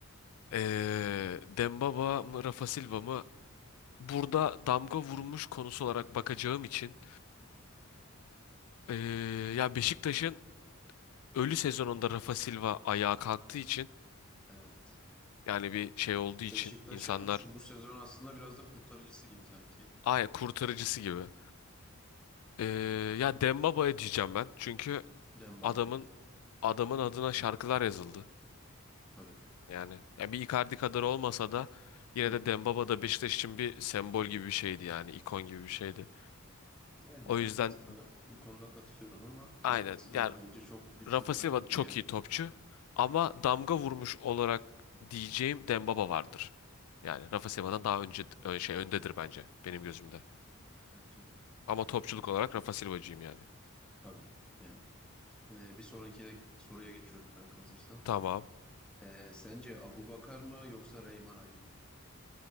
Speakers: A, in the centre; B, on the left.
A: Zor.
B: Ee, Dembaba mı Rafa Silva mı? Burada damga vurmuş konusu olarak bakacağım için ee, ya Beşiktaş'ın ölü sezonunda Rafa Silva ayağa kalktığı için
A: Evet.
B: Yani bir şey olduğu için
A: Beşiktaş'ın
B: insanlar
A: şu bu sezon aslında biraz da kurtarıcısı gibi sanki.
B: aya kurtarıcısı gibi. Ee, ya Dembaba'ya diyeceğim ben. Çünkü
A: Dembaba
B: adamın
A: diyor.
B: adamın adına şarkılar yazıldı.
A: Tabii.
B: Yani ya bir Icardi kadar olmasa da yine
A: Hı hı.
B: de Dembaba da Beşiktaş için bir sembol gibi bir şeydi yani ikon gibi bir şeydi.
A: Yani
B: O yüzden
A: ben sana bu konuda katılıyorum ama
B: aynen
A: Rafa Silva
B: yani
A: da bence çok güçlü
B: Rafa
A: bir
B: Silva
A: rakibi
B: çok
A: yani.
B: iyi topçu ama damga vurmuş olarak diyeceğim Dembaba vardır. Yani Rafa Silva'dan daha önce ö- şey öndedir bence benim gözümde.
A: Yani Bence de.
B: Ama topçuluk olarak Rafa Silva'cıyım yani.
A: E, Tabii. Yani. E, bir sonraki soruya geçiyorum kanka hazırsan.
B: Tamam.
A: E, sence Abubakar mı yoksa Reyman Ay mı?